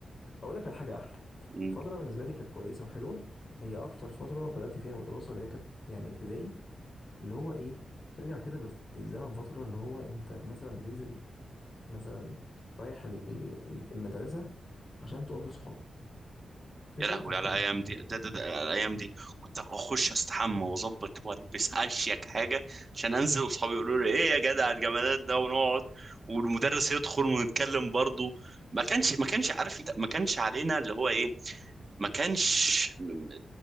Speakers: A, on the left (about 45°); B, on the right (about 30°).
A: اقول لك على حاجه احلى
B: مم.
A: فتره بالنسبه لي كانت كويسه وحلوه هي اكتر فتره بدات فيها مدرسه اللي هي كانت يعني ابتدائي اللي هو ايه ترجع كده بالف- بالزمن فترة اللي هو انت مثلا بتنزل مثلا رايح ال- ال- ال- المدرسة عشان تقابل صحابك في
B: يا
A: شعور
B: لهوي
A: كان حلو
B: على الايام دي ده ده ده على الايام دي كنت اخش استحمى واظبط والبس اشيك حاجه عشان انزل واصحابي يقولوا لي ايه يا جدع الجمالات ده ونقعد والمدرس يدخل ونتكلم برضه ما كانش ما كانش عارف انت ما كانش علينا اللي هو ايه ما كانش م- م-